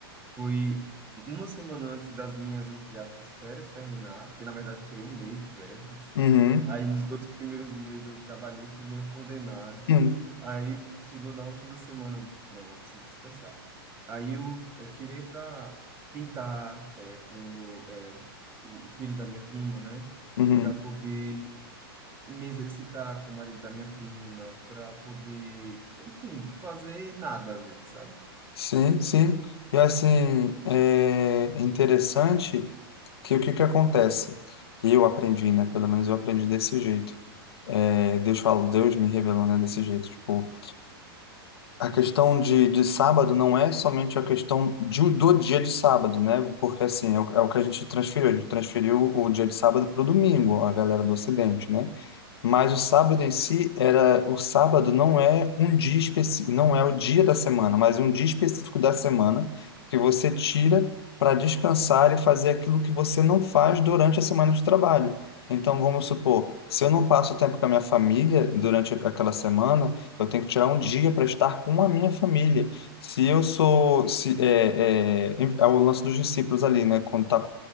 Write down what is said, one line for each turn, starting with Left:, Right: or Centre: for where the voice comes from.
Right: Fui uma semana antes das minhas, entre aspas, férias terminar, porque na verdade eu tirei um mês de férias.
Left: uhum,
Right: Aí nos dois primeiros meses eu trabalhei que nem um condenado.
Left: uhum,
Right: Aí quando chegou na última semana, não, eu preciso descansar. Aí eu, eh, tirei para pintar eh, com o meu, eh, o o filho da minha prima, né?
Left: uhum.
Right: Para poder me exercitar com o marido da minha prima, para poder, enfim, fazer nada às vezes, sabe?
Left: Sim, sim. E assim, é interessante que o que que acontece? Eu aprendi, né? Pelo menos eu aprendi desse jeito. É, Deus fala, Deus me revelou, né? Desse jeito. Tipo, a questão de, de sábado não é somente a questão de, um- do dia de sábado, né? Porque assim, é o, é o que a gente transferiu. A gente transferiu o dia de sábado para o domingo, a galera do Ocidente, né? Mas o sábado em si era, o sábado não é um dia específico, não é o dia da semana, mas um dia específico da semana que você tira para descansar e fazer aquilo que você não faz durante a semana de trabalho. Então, vamos supor, se eu não passo tempo com a minha família durante aquela semana, eu tenho que tirar um dia para estar com a minha família. Se eu sou, se, é, é, é o lance dos discípulos ali, né? Quando está